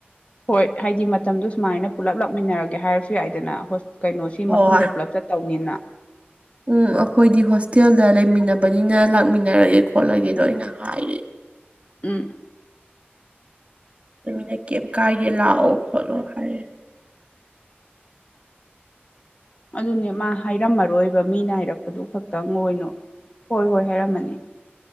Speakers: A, on the left; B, on the right.
A: ꯍꯣꯏ ꯍꯥꯏꯗꯤ ꯃꯇꯝꯗꯣ ꯁꯨꯃꯥꯏꯅ ꯄꯨꯜꯂꯞ ꯂꯥꯛꯃꯤꯟꯅꯔꯒꯦ ꯍꯥꯏꯔꯁꯨ ꯌꯥꯏꯗꯅꯥ ꯍꯣꯁ ꯀꯩꯅꯣ ꯁꯤ
B: ꯍꯣꯏ
A: ꯃꯐꯝꯗꯩ
B: ꯍꯣꯏ
A: ꯄꯨꯜꯂꯞ ꯆꯠꯇꯧꯅꯤꯅ
B: ꯎꯝ ꯑꯈꯣꯏꯗꯤ ꯍꯣꯁꯇꯦꯜꯗ ꯂꯩꯃꯤꯟꯅꯕꯅꯤꯅ ꯂꯥꯛꯃꯤꯟꯅꯔꯒꯦ ꯈꯣꯠꯂꯒꯦꯗꯣ ꯑꯩꯅ ꯍꯥꯏꯔꯦ
A: ꯎꯝ
B: ꯑꯗꯨ ꯃꯤꯅ ꯀ꯭ꯌꯝ ꯀꯥꯏꯗꯦ ꯂꯥꯛꯑꯣ ꯈꯣꯠꯂꯣ ꯍꯥꯏꯌꯦ
A: ꯑꯗꯨꯅꯦ ꯃꯥ ꯍꯥꯏꯔꯝꯃꯔꯣꯏꯕ ꯃꯤꯅ ꯍꯥꯏꯔꯛꯄꯗꯨ ꯈꯛꯇꯪ ꯑꯣꯏꯅ ꯍꯣꯏ ꯍꯣꯏ ꯍꯥꯏꯔꯝꯃꯅꯤ